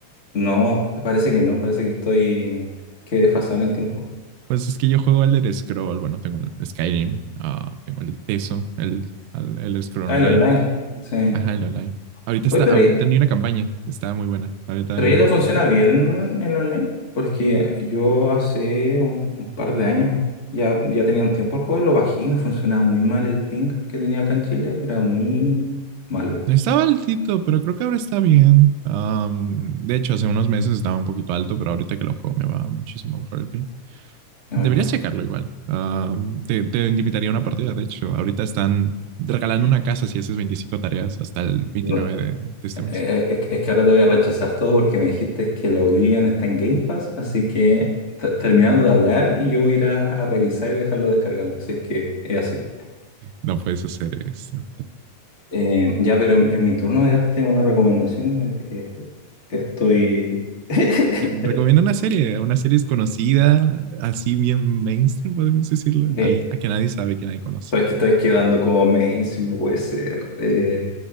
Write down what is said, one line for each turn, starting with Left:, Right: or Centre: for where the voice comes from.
Left: No, parece que no, parece que estoy que he desfasado en el tiempo.
Right: Pues es que yo juego Elder Scroll. Bueno, tengo el Skyrim, ah, tengo el Teso, el, el Elder Scroll
Left: Ah,
Right: Online.
Left: el online. Sí.
Right: Ajá, el online. Ahorita está,
Left: Oye, pero
Right: ahorita ni una campaña. Está muy buena. Ahorita
Left: Pero
Right: yo
Left: ya
Right: entré.
Left: te funciona bien el online, porque yo hace un, un par de años ya, ya tenía un tiempo el juego, lo bajé y me funcionaba muy mal el ping que tenía acá en Chile, era muy malo,
Right: Estaba altito, pero creo que ahora está bien. Am, de hecho, hace unos meses estaba un poquito alto, pero ahorita que lo juego me va muchísimo mejor el ping.
Left: a
Right: Deberías
Left: mejor.
Right: checarlo igual. Ah, te, te invitaría a una partida, de hecho. Ahorita están regalando una casa si haces 25 tareas hasta el 29
Left: No,
Right: de, de este mes.
Left: eh, eh, es, es que ahora te voy a rechazar todo porque me dijiste que la Oblivion está en Game Pass, así que te- terminando de hablar y yo voy a ir a, a revisar y dejarlo descargando, así que es así.
Right: No puedes hacer eso.
Left: Eh, ya, pero en, en mi turno de arte una recomendación, eh, eh, estoy... <laughs>
Right: Recomiendo una serie, una serie desconocida, así bien mainstream, podemos decirlo.
Left: Sí,
Right: Alguien, a que nadie sabe, que nadie conoce.
Left: estoy, estoy quedando como mainstream, no puede ser. Eh,